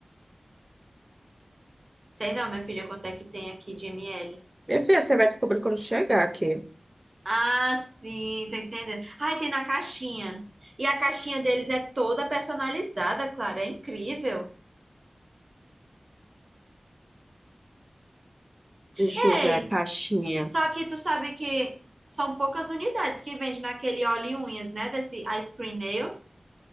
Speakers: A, on the right (about 50°); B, on the right (about 20°).
A: Sei não, minha filha, quanto é que tem aqui de ml.
B: Minha filha, você vai descobrir quando chegar aqui.
A: Ah, sim, tô entendendo. Ai, tem na caixinha. E a caixinha deles é toda personalizada, Clara, é incrível.
B: Deixa
A: Ei!
B: eu ver a caixinha.
A: Só que tu sabe que são poucas unidades que vende naquele óleo e unhas, né? Desse Ice Cream Nails.